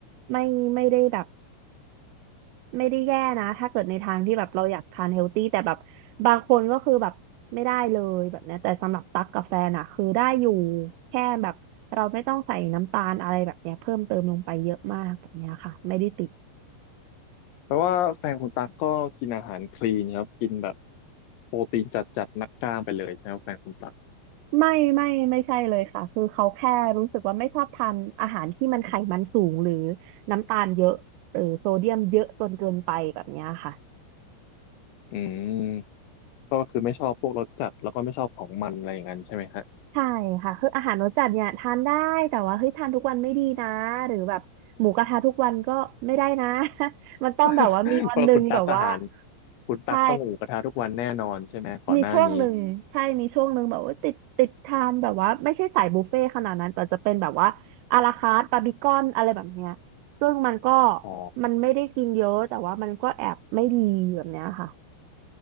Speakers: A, on the right (about 85°); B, on the left (about 85°).
A: ไม่ไม่ได้แบบ ไม่ได้แย่นะถ้าเกิดในทางที่แบบเราอยากทานเฮลตี้แต่แบบบางคนก็คือแบบไม่ได้เลยแบบเนี้ยแต่สำหรับตั๊กกาแฟนอะคือได้อยู่แค่แบบเราไม่ต้องใส่น้ำตาลอะไรแบบเนี้ยเพิ่มเติมลงไปเยอะมากแบบเนี้ยค่ะไม่ได้ติด
B: แปลว่าแฟนคุณตั๊กก็กินอาหารคลีนครับกินแบบโปรตีนจัดจัดนักกล้ามไปเลยใช่ไหมครับแฟนคุณตั๊ก
A: ไม่ไม่ไม่ใช่เลยค่ะคือเขาแค่รู้สึกว่าไม่ชอบทานอาหารที่มันไขมันสูงหรือน้ำตาลเยอะหรือโซเดียมเยอะจนเกินไปแบบเนี้ยค่ะ
B: อืมก็คือไม่ชอบพวกรสจัดแล้วก็ไม่ชอบของมันอะไรอย่างนั้นใช่ไหมฮะ
A: ใช่ค่ะคืออาหารรสจัดเนี่ยทานได้แต่ว่าเฮ้ยทานทุกวันไม่ดีนะหรือแบบหมูกระทะทุกวันก็ไม่ได้นะ <laughs> มันต้องแบบว่ามีวันหนึ่งแบบว่า
B: <laughs> เพราะว่าคุณตั๊กอาหารคุณตั๊กต้องหมูกระทะทุกวันแน่นอนใช่ไหมก่อนหน้านี้
A: ใช่มีช่วงหนึ่งใช่มีช่วงหนึ่งแบบว่าติดติดทานแบบว่าไม่ใช่สายบุฟเฟ่ต์ขนาดนั้นแต่จะเป็นแบบว่าอาราคาร์ตบาร์บีคอนอะไรแบบเนี้ยซึ่งมันก็
B: อ๋อ
A: มันไม่ได้กินเยอะแต่ว่ามันก็แอบไม่ดีแบบเนี้ยค่ะ